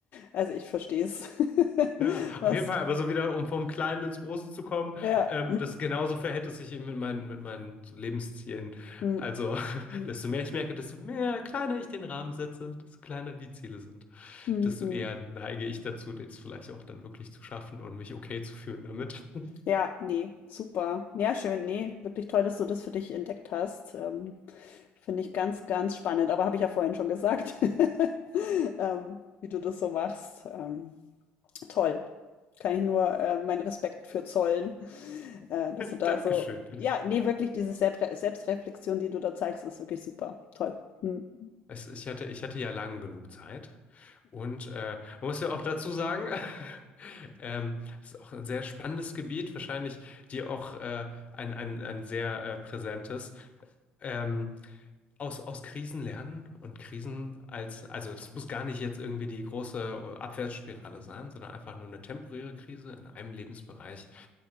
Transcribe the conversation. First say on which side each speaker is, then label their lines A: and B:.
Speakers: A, on the left (about 50°); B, on the left (about 30°).
A: also ich verstehe es. <laughs>
B: Ja,
A: Was?
B: auf jeden Fall, aber so wieder, um vom Kleinen ins Große zu kommen,
A: Ja.
B: ähm, das genauso verhält es sich eben mit meinen, mit meinen so Lebenszielen.
A: Hm,
B: Also, <laughs>
A: hm,
B: desto mehr ich merke, desto mehr kleiner ich den Rahmen setze, desto kleiner die Ziele sind,
A: hm,
B: desto
A: hm.
B: eher neige ich dazu, das vielleicht auch dann wirklich zu schaffen und mich okay zu fühlen damit.
A: Ja, nee, super. Ja, schön. Nee, wirklich toll, dass du das für dich entdeckt hast. Ähm, Finde ich ganz, ganz spannend, aber habe ich ja vorhin schon gesagt, <laughs> ähm, wie du das so machst. Ähm, toll. Kann ich nur äh, meinen Respekt für zollen, <laughs> äh, dass
B: <laughs>
A: du da
B: Dankeschön.
A: so, ja, nee, wirklich diese Selbstre Selbstreflexion, die du da zeigst, ist wirklich super. Toll. Hm.
B: Es, ich hatte, ich hatte ja lang genug Zeit. Und äh, man muss ja auch dazu sagen, <laughs> ähm, es ist auch ein sehr spannendes Gebiet, wahrscheinlich dir auch äh, ein, ein, ein sehr äh, präsentes. Ähm, aus, aus Krisen lernen und Krisen als, also das muss gar nicht jetzt irgendwie die große Abwärtsspirale sein, sondern einfach nur eine temporäre Krise in einem Lebensbereich